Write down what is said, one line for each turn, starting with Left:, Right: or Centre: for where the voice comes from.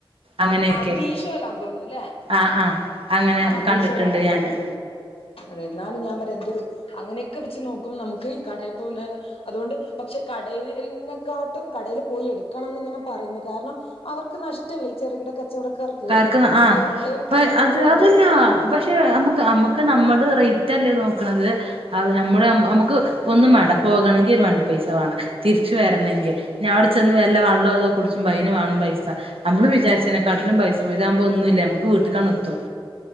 Right: അങ്ങനെയൊക്കെ
Left: ആ അത് മീശോലാന്ന് തോന്നുന്നുല്ലേ...?
Right: ആഹ് ആഹ് അങ്ങനെ
Left: ആ മീഷോലങ്ങനെ
Right: കണ്ടിട്ടുണ്ട് ഞാന്
Left: കണ്ടിട്ടുണ്ട്. അതെ എന്നാലും ഞാൻ പറയാ എന്തരു അങ്ങനെ വെച് നോക്കുമ്പ നമുക്ക് ഈ കടയിൽ പോക അതുകൊണ്ട് പക്ഷെ കടെക്കാട്ടും കടേൽ പോയി എടുക്കണം ഇങ്ങനെ പറയുന്നു കാരണം, അവർക്ക് നഷ്ടല്ല ഈ ചെറുകിട കച്ചവട ക്കാർക്ക്
Right: കാർക്ക് ആഹ്
Left: ഈ ഓൺലൈൻ
Right: പ്പ
Left: ഇള്ളതുകൊണ്ട്
Right: അത് അതല്ല പക്ഷെ നമുക്ക് നമുക്ക് നമ്മുടെ റേ റ്റല്ലേ നോക്കണത് നമ്മുടെ നമുക്ക് ഒന്നും മാണ്ട പോകണങ്കിൽ ഒരു വണ്ടി പൈസ വാണം. തിരി തിരിച്ചു വരണെങ്കി, പിന്നവ്ടെ ചെന്ന് വല്ല വെള്ളോ അതോ കുടിച്ചുംബ അയ്നുവാണം പൈസ. നമ്മള് വിചാരിച്ചതിനെക്കാട്ടിലും പൈസ ഇതാകുമ്പോ ഒന്നു ഇല്ല നമ്മുക്ക് വീട്ടക്കാണെത്തും.